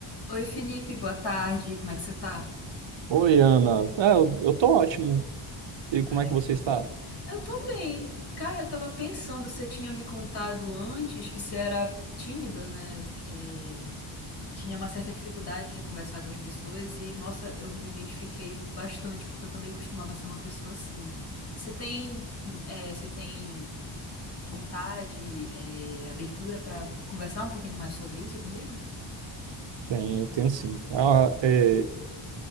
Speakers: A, on the left (about 50°); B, on the right (about 65°).
A: Oi, Felipe, boa tarde. Como é que você tá?
B: Oi, Ana. Ah, eu, eu tô ótimo. E
A: Ai,
B: como é que você
A: que...
B: está?
A: Eu tô bem. Cara, eu tava pensando, você tinha me contado antes que você era tímida, né? É, Tinha uma certa dificuldade de conversar com as pessoas e, nossa, eu me identifiquei bastante, porque eu também costumava ser uma pessoa assim. Você tem, é, você tem vontade, é, abertura pra conversar um pouquinho mais sobre isso comigo?
B: Tenho, tenho sim. Ah, é,